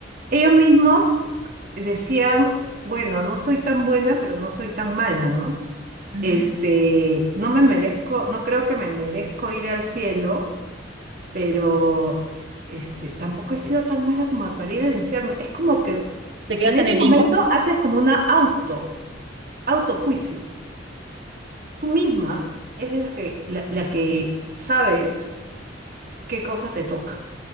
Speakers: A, on the right (about 50°); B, on the right (about 75°).
A: ellos mismos decían, bueno, no soy tan buena, pero no soy tan mala, ¿no?
B: ujú.
A: Este, no me merezco, no creo que me merezco ir al cielo, pero este, tampoco he sido tan mala como para ir al infierno. Es como que
B: ¿Te quedas
A: en ese
B: en el
A: momento
B: limbo?
A: haces como una auto, autojuicio. Tú misma eres la que, la, la que sabes qué cosa te toca,